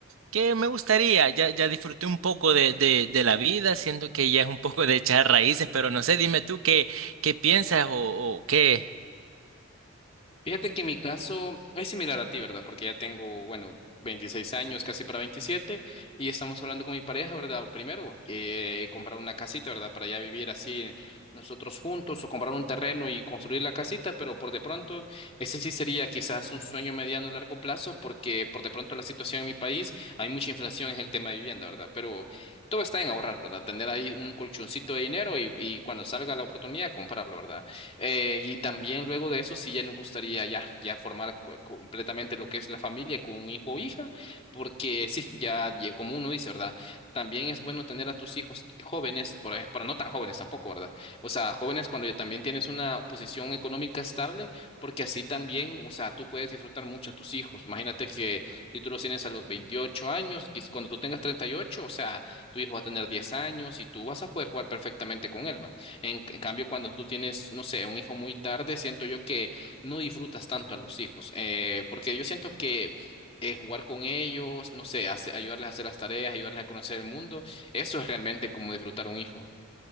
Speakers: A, on the right (about 75°); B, on the left (about 30°).
A: que me gustaría, ya, ya disfruté un poco de, de, de la vida, siento que ya es un poco de echar raíces, pero no sé, dime tú qué, qué piensas o, o qué.
B: Fíjate que mi caso es similar a ti, ¿verdad? Porque ya tengo, bueno, 26 años, casi para 27, y estamos hablando con mi pareja, ¿verdad? Primero, que comprar una casita, ¿verdad? Para ya vivir así nosotros juntos o comprar un terreno y construir la casita, pero por de pronto, ese sí sería quizás un sueño mediano a largo plazo, porque por de pronto la situación en mi país, hay mucha inflación en el tema de vivienda, ¿verdad? Pero todo está en ahorrar, ¿verdad? Tener ahí un colchoncito de dinero y, y cuando salga la oportunidad, comprarlo, ¿verdad? Eh, y también luego de eso, sí, ya nos gustaría ya, ya formar cu- completamente lo que es la familia con un hijo o hija, porque sí, ya lle- como uno dice, ¿verdad? También es bueno tener a tus hijos jóvenes, por ej- pero no tan jóvenes tampoco, ¿verdad? O sea, jóvenes cuando ya también tienes una posición económica estable, porque así también, o sea, tú puedes disfrutar mucho a tus hijos. Imagínate que si tú los tienes a los 28 años, quiz- cuando tú tengas treinta y ocho o sea, tu hijo va a tener 10 años y tú vas a poder jugar perfectamente con él, ¿va? En c- cambio, cuando tú tienes, no sé, un hijo muy tarde, siento yo que no disfrutas tanto a los hijos, eh, porque yo siento que eh, jugar con ellos, no sé, hace- ayudarles a hacer las tareas, ayudarles a conocer el mundo, eso es realmente como disfrutar a un hijo.